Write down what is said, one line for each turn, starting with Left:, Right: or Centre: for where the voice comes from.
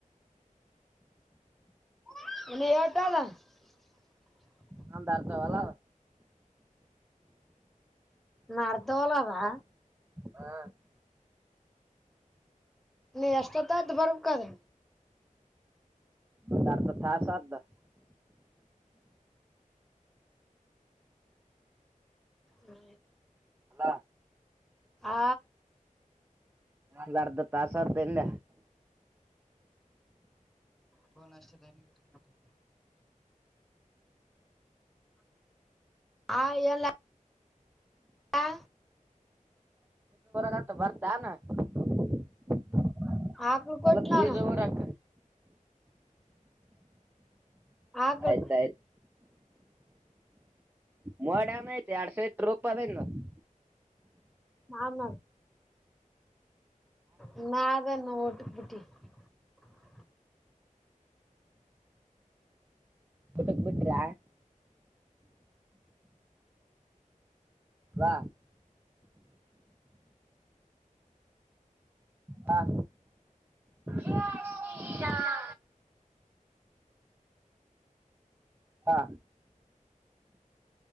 Centre: <unintelligible> <unintelligible>
Right: ನಂದ್ ಅರ್ಧ ಹೊಲ
Centre: ನ ಅರ್ಧ <unintelligible> <unintelligible>
Right: ಹಾ
Centre: ನೀ ಎಷ್ಟೊತ್ತತ್ ಬರ್ಬೇಕದ್ರ
Right: ಒಂದರ್ಧ ತಾಸು ಆಯ್ತದ
Centre: ಹ್ಮ
Right: ಅಲ್ಲ
Centre: ಹಾ
Right: ಒಂದು ಅರ್ಧ ತಾಸ ಆಯ್ತದಾ ಅಂದ್ಯ
Centre: ಕನ್ ಅಷ್ಟಲ್ಲನ <unintelligible> ಹ ಎಲ್ಲ ಹಾ
Right: ರಂತ <unintelligible> ಬರ್ತಾನ <unintelligible>
Centre: ಆಕ್ಳು ಕೊಟ್ಟು
Right: ಅಲ ಬೀಜ
Centre: ನಾನು
Right: ಊರಾಕ
Centre: ಆಗ್ಲಿ
Right: ಆಯ್ತ ಆಯ್ತ ಮೋಡ ಆಐ್ತೆ ಎರಡ್ಸ ಇತ್ತು <unintelligible> <unintelligible>
Centre: ಆಮ ಇನ್ನ ಆದ ನೋಡಿ ಗಟ್ಟ <unintelligible>
Right: ಊಟಕ್ ಬಿಟ್ರ ಹಅವ್ವ ಹಾ <unintelligible> <unintelligible> ಹಾ